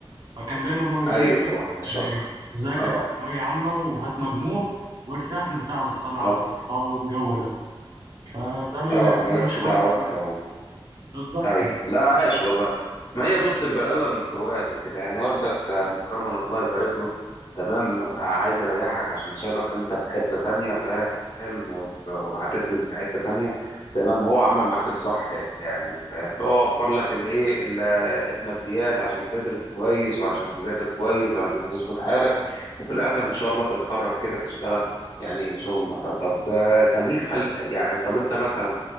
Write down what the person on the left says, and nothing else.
ايوه
طبعا
هي شق
اه
اه
اه
مالكش
دعوة
انت
ايوه
لا عاش والله ما هي بص البني ادم فروقات وكده يعني والدك آه، مكرما الله يبارك له تمام آه، عايز يريحك عشان شافك انت في حته تانية فاهم و- وهتخدم في حته تانية تمام هو عمل معاك الصح يعني فاهم هو وفر لك الايه ال- آه، الماديات عشان تدرس كويس وعشان تذاكر كويس وعشان تظبط حالك وفي الاخر ان شاء الله تتخرج كده تشتغل يعني شغل محترم طب آه، كان ليك خل... يعني طب انت مثلا